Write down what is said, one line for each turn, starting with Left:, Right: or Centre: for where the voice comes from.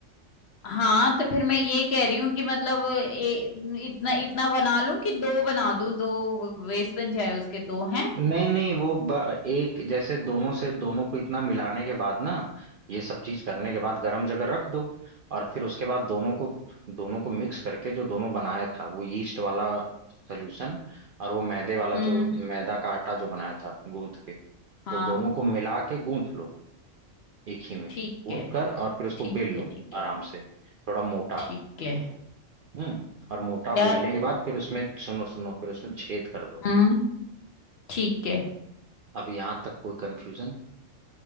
Left: हाँ तो फिर मैं ये कह रही हूँ कि मतलब ए, इतना इतना बना लूं कि दो बना दूं दो वेस्ट बन जाए उसके दो हैं
Right: नहीं नहीं वो ब, एक जैसे दोनों से दोनों को इतना मिलाने के बाद ना ये सब चीज करने के बाद गर्म जगह रख दो और फिर उसके बाद दोनों को दोनों को मिक्स करके जो दोनों बनाया था वो यीस्ट वाला सोल्यूशन और वो मैदे वाला
Left: हम्म
Right: जो मैदा का आटा जो बनाया था गूंथ के
Left: हाँ
Right: वो दोनों को मिला के गूंथ लो एक ही में
Left: ठीक
Right: गूंथ
Left: है
Right: कर और फिर उसको
Left: ठीक
Right: बेल लो
Left: है ठीक
Right: आराम
Left: है
Right: से थोड़ा मोटा
Left: ठीक है
Right: हम्म और मोटा
Left: यार
Right: बेलने के बाद फिर उसमें सुनो सुनो फिर उसमें छेद कर दो
Left: हम्म ठीक है
Right: अब यहाँ तक कोई कंफ्यूजन